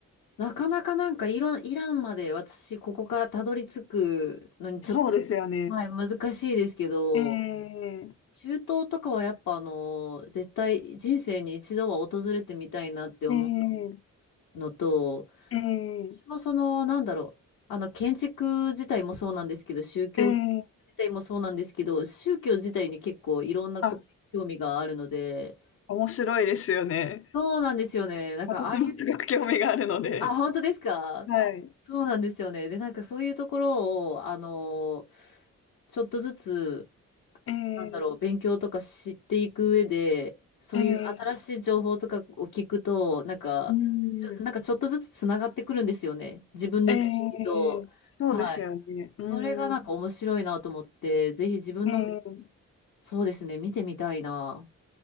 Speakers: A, on the left (about 75°); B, on the left (about 45°).
A: なかなかなんかイラン、イランまで私、ここからたどり着くのにちょっと、
B: そうですよね。
A: はい、難しいですけど、
B: ええ
A: 中東とかはやっぱあの、絶対人生に一度は訪れてみたいなって思
B: ええ
A: うのと、
B: ええ
A: 私もその、なんだろう、あの、建築自体もそうなんですけど、宗教自体もそうなんですけど、
B: ええ
A: 宗教自体に結構いろんなことに興味があるので、
B: あ、面白いですよね。
A: そうなんですよね。なんかああいう、
B: 私もすごく興味があるので。
A: あ、本当ですかそうなんですよね。
B: はい。
A: で、なんかそういうところを、あの、ちょっとずつ
B: ええ
A: なんだろう、勉強とか知っていく上で、そういう新しい情報とかを聞くと、
B: ええ
A: なんか、
B: うん、
A: ちょ、なんかちょっとずつつながってくるんですよね。自分の知識と。
B: ええそうですよね。
A: はい。それがなんか面白いなと思って、
B: うん、
A: ぜひ自分の、
B: ええ
A: そうですね、見てみたいな。